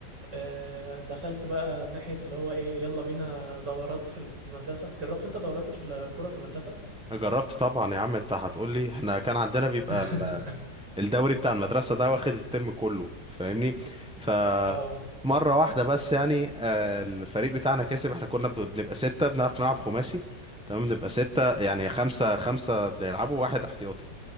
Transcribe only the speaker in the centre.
جربت طبعا يا عم انت هتقول لي احنا كان عندنا بيبقى
الدوري بتاع المدرسة ده واخد الترم كله فاهمني ف
مرة واحدة بس يعني آه، الفريق بتاعنا كسب احنا كنا ب- بنبقى ستة بنعرف نلعب خماسي تمام بنبقى ستة يعني خمسة خمسة بيلعبوا واحد احتياطي